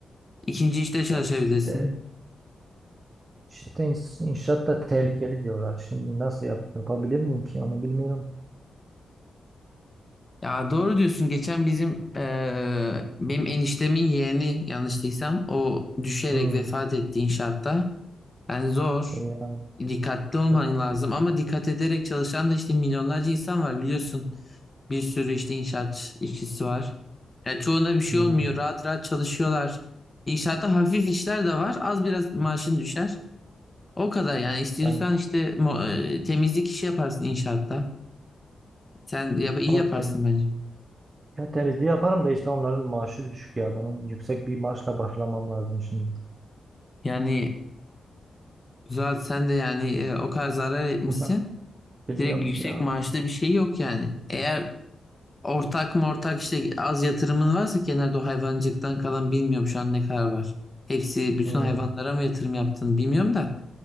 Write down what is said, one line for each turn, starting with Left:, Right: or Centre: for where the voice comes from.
Left: ikinci işte çalışabilirsin.
Right: Ya işte işte ins- inşaat da tehlikeli diyorlar. Şimdi nasıl yap yapabilir miyim ki onu bilmiyorum.
Left: Ya doğru diyorsun geçen bizim eee, benim eniştemin yeğeni yanlış değilsem o düşerek
Right: Hmm.
Left: vefat etti inşaatta. Yani zor.
Right: e ya
Left: Dikkatli olman
Right: çok
Left: lazım ama dikkat ederek çalışan da işte milyonlarca insan var biliyorsun. Bir sürü işte inşaat işçisi var. Ya çoğuna bir şey
Right: hmm.
Left: olmuyor. Rahat rahat çalışıyorlar. İnşaatta hafif işler de var. Az biraz maaşın düşer. O kadar yani istiyorsan
Right: Ben
Left: işte mo- e, temizlik işi yaparsın inşaatta. Sen yap iyi
Right: ama
Left: yaparsın
Right: tem
Left: bence.
Right: ya temizliği yaparım da işte onların maaşı düşük ya. Benim yüksek bir maaşla başlamam lazım şimdi.
Left: Yani zaten sen de yani e, o kadar zarar etmişsin.
Right: <laughs> Bilmiyorum
Left: Direkt
Right: ki
Left: yüksek
Right: ya.
Left: maaşlı bir şey yok yani. Eğer Ortak mı ortak işte az yatırımın varsa kenarda o hayvancıktan kalan bilmiyorum şu an ne kadar var. Hepsi bütün
Right: Hmm.
Left: hayvanlara mı yatırım yaptığını bilmiyorum da.